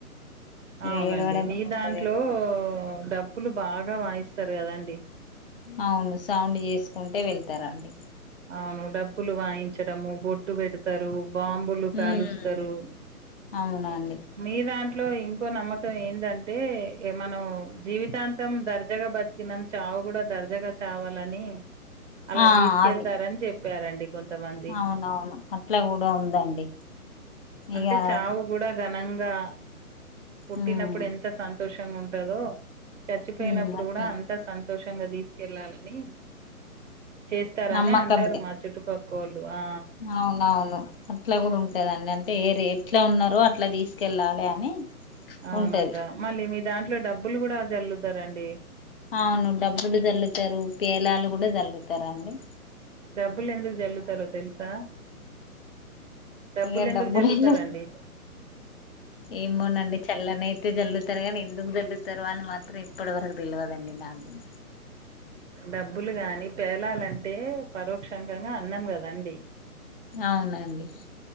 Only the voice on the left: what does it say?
ఏడవడమే
ఉంటది
ఎక్కువ
అవును సౌండ్ చేస్కుంటే వెళ్తరండి
హ్మ్
అవునండి
ఆ
అది
అవునవును అట్ల కూడా ఉందండి ఇగా
హ్మ్
హ్మ్ అట్లా
నమ్మకం
ఇగ
అవునవును అట్ల కూడ ఉంటదండి అంటే ఏ ర ఎట్ల ఉన్నరో అట్ల తీస్కెళ్ళాలే అని
ఉంటది
అవును డబ్బులు చల్లుతారు పేలాలు కూడ చల్లుతరు అండి
ఇగ
డబ్బులు
ఏమోనండి చల్లనైతే చల్లు తరు గాని ఎందుకు చల్లుతరో అని మాత్రం ఇప్పటి వరకు తెలువదండి నాకు కూడా
అవునండి